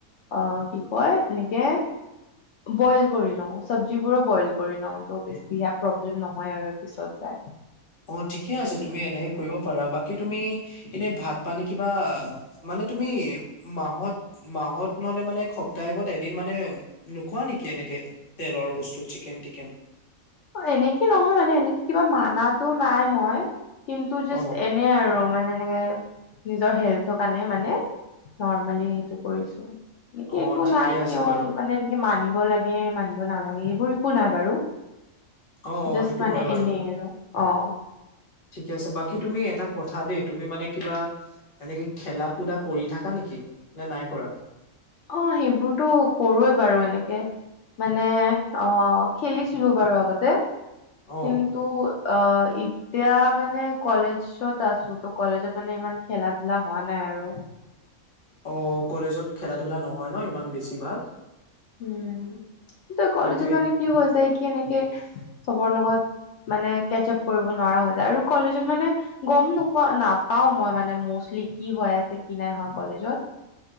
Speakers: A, on the left; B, on the left.
A: অ' কি কয় এনেকে বইল কৰি লওঁ চব্জি বোৰো বইল কৰি লওঁ ত' বেছিহে প্ৰব্লেম নহয় আৰু পিছত যায়।
B: অ', ঠিকে আছে তুমি এনেকে কৰিব পাৰা বাকী তুমি এনেই ভাত পানী কিবা মানে তুমি মাহত মাহত নহলে মানে সপ্তাহত এদিন মানে নোখোৱা নেকি এনেকে? তেলৰ বস্তু চিকেন টিকেন
A: এনেকে নহয় মানে এনেকে কিবা মানাটো নাই মই কিন্তু জাষ্ট
B: অ
A: এ এ আৰু মানে এনেকে নিজৰ হেল্থৰ কাৰণে মানে নৰ্মেলি সেইটো কৰিছো এনেকে
B: অ
A: একো
B: ঠিকে
A: নাই
B: আছে
A: কিয়
B: বাৰু
A: মানে মানিব লাগে মানিব নালাগে সেইবোৰ একো নাই বাৰু
B: অ অ
A: জাষ্ট
B: সেইটো
A: মানে
B: হয় বাৰু
A: এনেই আৰু অ',
B: ঠিকে আছে বাকী তুমি এটা কথা দেই তুমি মানে কিবা এনেকে খেলা কুদা কৰি থাকা নেকি নে নাই কৰা?
A: অ', সেইবোৰতো কৰোৱে বাৰু এনেকে মানে অ', খেলিছিলোঁ বাৰু আগতে কিন
B: অ
A: টু, আ, ই এতিয়া মানে কলেজত আছো ত' কলেজত মানে ইমান খেলা ধূলা হোৱা নাই আৰু।
B: অ', কলেজত খেলা ধূলা নহয় ন' ইমান বেছি ভাগ।
A: উম, তই কলেজত
B: সেইটোয়ে
A: মানে কি হৈ যায় কি এনেকে চবৰ লগত মানে কেচ আপ কৰিব নোৱাৰা হৈ যায় আৰু কলেজত মানে গম নোপোৱা নাপাও মই মানে মষ্টলি কি হৈ আছে কি নাই হোৱা কলেজত